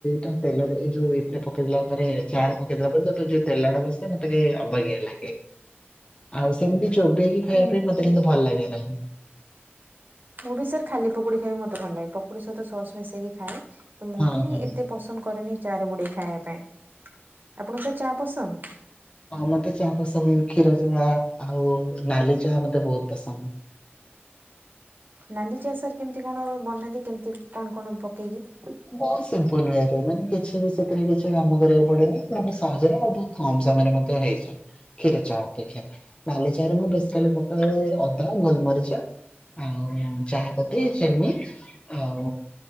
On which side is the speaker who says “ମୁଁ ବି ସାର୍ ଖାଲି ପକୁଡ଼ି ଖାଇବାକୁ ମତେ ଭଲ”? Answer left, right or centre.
Right